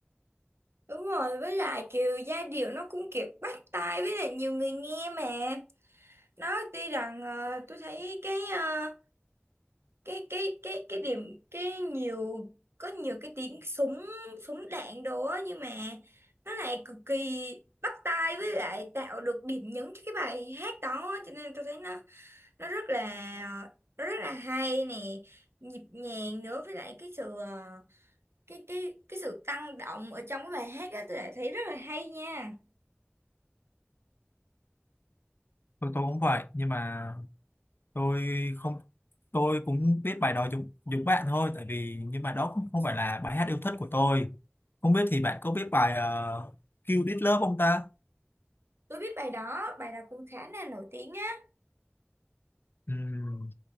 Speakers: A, on the right (about 85°); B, on the left (about 60°).
A: đúng rồi với lại kiểu giai điệu nó cũng kiểu bắt tai với lại nhiều người nghe mà nó tuy rằng ờ, tôi thấy cái ờ, cái cái cái cái điểm cái nhiều có nhiều cái tiếng súng súng đạn đồ á nhưng mà nó lại cực kỳ bắt tai với lại tạo được điểm nhấn cho cái bài hát đó á. cho nên tôi thấy nó nó rất là nó rất là hay nè nhịp nhàng nữa với lại cái sự ờ, cái cái cái sự tăng động ở trong cái bài hát đó tôi lại thấy rất là hay nha
B: tôi tôi cũng vậy nhưng mà tôi không tôi cũng biết bài đó giống giống bạn thôi tại vì nhưng mà đó cũng không phải là bài hát yêu thích của tôi không biết thì bạn có biết bài uh, Kill This Love không ta
A: tôi biết bài đó bài đó cũng khá là nổi tiếng á
B: Ừm,